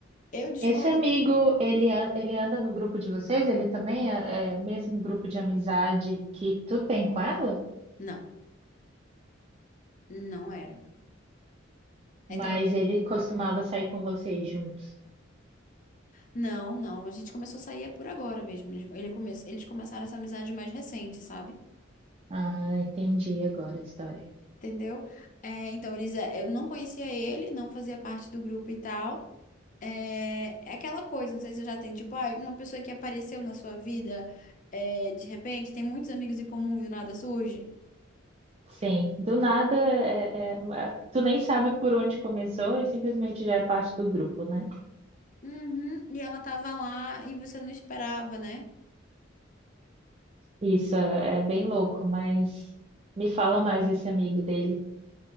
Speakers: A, on the left (about 40°); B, on the right (about 30°).
A: Eu discordo.
B: Esse amigo, ele, an- ele anda no grupo de vocês? Ele também é, é o mesmo grupo de amizade que tu tem com ela?
A: Não, não era. Então,
B: Mas
A: eu-
B: ele costumava sair com vocês juntos.
A: não, não, a gente começou a sair é por agora mesmo. Ele ele come... Eles começaram essa amizade mais recente, sabe?
B: Ah, entendi agora a história.
A: Entendeu? É, então, eles, é, eu não conhecia ele, não fazia parte do grupo e tal. É, é aquela coisa, não sei se você já tem, tipo, ah, uma pessoa que apareceu na sua vida, é, de repente, tem muitos amigos em comum e do nada surge.
B: Sim, do nada, é- é- é- tu nem sabe por onde começou e simplesmente já é parte do grupo, né?
A: Uhum, e ela tava lá e você não esperava, né?
B: Isso é bem louco, mas me fala mais desse amigo dele.